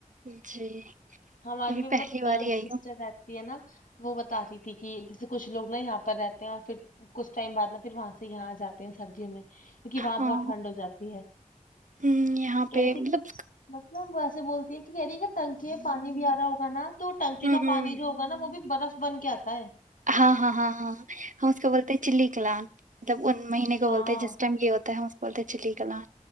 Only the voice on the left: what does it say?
ہماری
بھی مطلب
سسٹر
رہتی ہے نا وہ بتا رہی تھی کہ جیسے کچھ لوگ نا یہاں پر رہتے ہیں اور پھر کچھ ٹائم بعدا پھر وہاں سے یہاں آ جاتے ہیں سردیوں میں کیونکہ وہاں
بہت ٹھنڈ ہو جاتی ہے
کہہ
دییتی
کہ ن ویسے بولتی ہیں کہ ی کہ نکے پانی بھی آ رہا ہوگا نا تو ٹنکی
کا پانی
جو ہوگ نا وہ بھی برف بن کے آتا ہے
ہاں